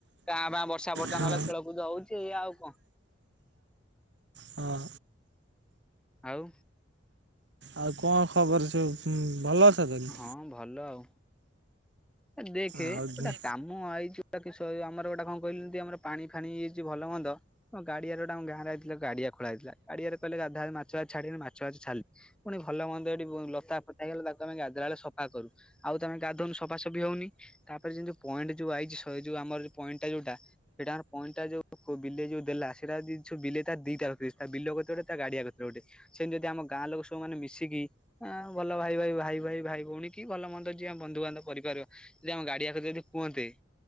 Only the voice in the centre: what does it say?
କାଁଭା ବର୍ଷା ବର୍ଷା
ନହେଲେ
ଖେଳକୁଦ ହଉଛି ଏଇଆ ଆଉ କଣ
ଆଉ
ହଁ ଭଲ ଆଉ ଦେଖେ
ଗୋଟା
କାମ ମୁଁ ଆଇଛି ଗଟା କି ଆମର ଗୋଟେ କଣ କହିଲି ଆମର ପାଣି ଫାଣି ହେଇଯାଇଛି ଭଲ ମନ୍ଦ ଗାଡିଆର ତାଙ୍କ ଗାଁ ରେ ଗାଡିଆ ଖୋଳା ହେଇଥିଲା ଗଡିଆରେ କିଲ ଗାଧା ମାଛାଯାକ ଛାଡ଼ିବା ବୋଲି ମାଛ ଯାକ ଛାଡ଼ିଲୁ ପୁଣି ଭଲ ମନ୍ଦ ଏଠି ଲତା ଫତା ହେଗଲା ତାକୁ ଆମେ ଗାଧେଇଲ ବେଳେ ସଫା କରୁ ଆଉ ତମେ ଗାଧନୁ ସଫା ହଉନି ତାପରେଉ ପଏଣ୍ଟ ଯୋଉ ଆଇଛି ଯୋଉ ଆମର ପଏଣ୍ଟା ଯୋଉଟା ସେ ଟାଇମରେ ପଏଣ୍ଟଟା ଯୋଉ ବିଲେଇ ଯୋଉ ଦେଲା ସେଇଟା ଯଦି ସବୁ ବିଲେ ତା ଦିଟା <unintelligible> ତା ବିଲ କତିରେ ଗୋଟେ ତା ଗାଡିଆ ଆଗରେ ଗୋଟେ ସେମିତି ଯଦି ଆମ ଗାଁ ଲୋକ ସବୁମାନେ ମିଶିକି ହଁ ଭଲ ଭାଇ ଭାଇ ଭାଇ ଭାଇ ଭାଇ ଭଉଣୀ କି ଭଲ ମନ୍ଦ ଯିିଏ ଆମ ବନ୍ଧୁବାନ୍ଧବ କରିପାରିବା ଯଦି ଆମ ଗାଡିଆକୁ ଯଦି କୁହନ୍ତେ